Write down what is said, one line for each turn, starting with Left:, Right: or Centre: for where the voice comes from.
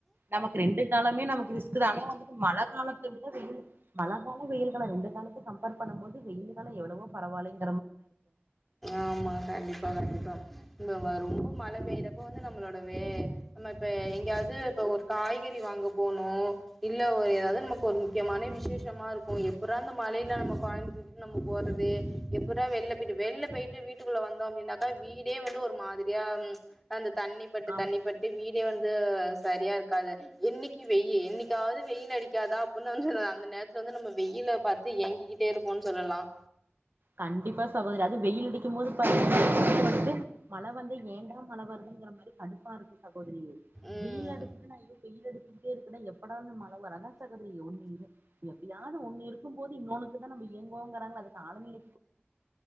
Right: நமக்கு ரெண்டு காலமே நமக்கு ரிஸ்க்குதான் ஆனா வந்துட்டு மழ காலத்த விட வெயில் மழ மழ காலம் வெயில்லு காலம் ரெண்டு காலத்து கம்பேர் பண்ணும்போது வெயில்லு காலம் எவ்வளவோ பரவால்லிங்
Centre: ஆமா கண்டிப்பா கண்டிப்பா வரும் ரொம்ப மழ பெய்றப்ப வந்து நம்ளோட வே நம்ம இப்ப எங்கயாது இப்ப ஒரு காய்கறி வாங்க போனும் இல்ல ஒரு ஏதாவது நமக்கு ஒரு முக்கியமான விசேஷமா இருக்கும் எப்புறா இந்த மழைல நம்ம கொழந்தைய தூக்கிட்டு நம்ம போறது எப்புறா வெள்ள வீட்டு வெள்ள போயிட்டு வீட்டுக்குள்ள வந்தோம் அப்டின்னாக்கா வீடே வந்து ஒரு மாதிரியா ம் அந்த தண்ணி பட்டு
Right: ஆமா
Centre: தண்ணி பட்டு வீடே வந் து சரியா இருக்காது இன்னைக்கு வெய்யு என்னைக்காவது வெயில் அடிக்காதா அப்டின்னு வந்து அந்த நேரத்துல வந்து நம்ம வெயில பாத்து ஏங்கிக்கிட்டே இருப்போன்னு சொல்லலாம்
Right: கண்டிப்பாஸ் சகோதரி அதும் வெயில் அடிக்கும் போது பாத்தீங்கனா <inaudible> வந்துட்டு மழ வந்து ஏண்டா மழ வருதுங்கிற மாரி து கடுப்பா இருக்கு ச கோதரி
Centre: ம்.
Right: வெயில் அடுக்கிதுன்னா இது வெயில் அடிக் ச்சுக்கிட்டே இருக்குடா எப்படா இந்த மழ வரு அதா சகோதரி ஒன்னு இது எப்பயாது ஒன்னிரு க்கும்போது இன்னொன்னுக்குதா நாங்க ஏங்குவோங்குறாங்கல்ல அதுக்கு <unintelligible>